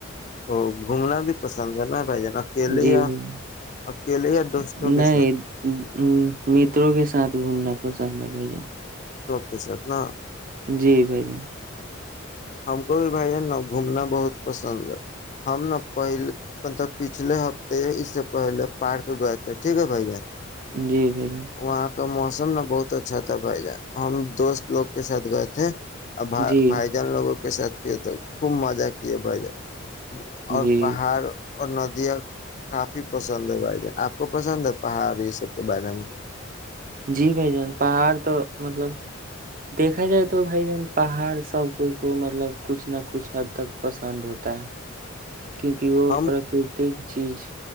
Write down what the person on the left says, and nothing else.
ا گھومنا بھی پسند ہے نا بھائی جان اکیلے
یا
اکیلے یا دوستوں کے
ساتھ
کیسے اپنا
ہم کو بھی بھائی جان نا گھومنا بہت پسند ہے ہم نا پہل مطلب پچھلے ہفتے اس سے پہلے پارک گئے تھے ٹھیک ہے بھائی جان
وہاں کا موسم نا بہت اچھا تھا بھائی جان ہم دوست لوگ کے ساتھ گئے تھے ب
بائی لوگوں کے ساتھ کیے تو خوب مزہ کیے بھائی جان اور
پہاڑ اور ندی دیا کافی پسند ہے بھائی جان آپ کو پسند ہے پہاڑ یہ سب کے بارے میں
ہم